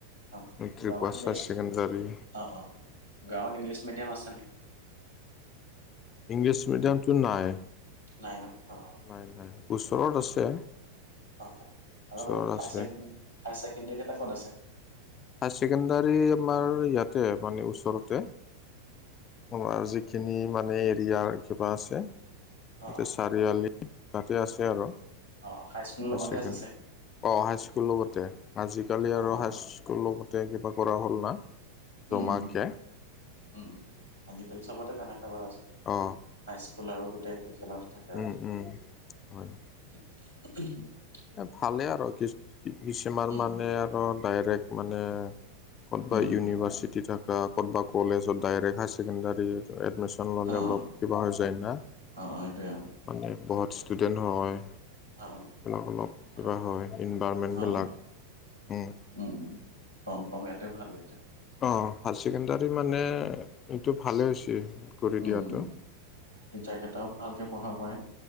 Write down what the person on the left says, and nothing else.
মেট্ৰিক
পাছ,
হাই ছেকেণ্ডাৰী।
ইংলিছ মেডিয়ামটো নাই।
নাই নাই। ওচৰত
আছে,
ওচৰত
আছে।
হাই ছেকেণ্ডাৰী আমাৰ ইয়াতে মানে ওচৰতে। অ আজি খিনিৰ মানে এৰিয়াৰ কিবা আছে।
এতিয়া চা ৰিআলি তাতে আছে আৰু।
হাই
ছেকেণ্ড,
অ হাইস্কুল লগতে। আজিকালি
আৰু
হাই স্ক স্কুলৰ লগতে কিবা কৰা হ'ল না। জমাকে
অ।
উম
উম হয় এ ভালেই আৰ কিছ কি কিছুমান
মানে
আৰু ডাইৰেক্ট মানে কোনবা
ইউনিভাৰ্চিটিত
থাকা, কোনোবা কলেজত direct high secondary admission ল'লে
অলপ কিবা হৈ যায় না,
মানে বহুত ষ্টুডেণ্ট হয়।
অলপ অলপ
কিবা হয় ইনভাৰমেণ্টবিলাক।
উম।
অ হাই ছেকেণ্ডাৰী মানে এইটো ভালেই হৈছে কৰি
দিয়াটো।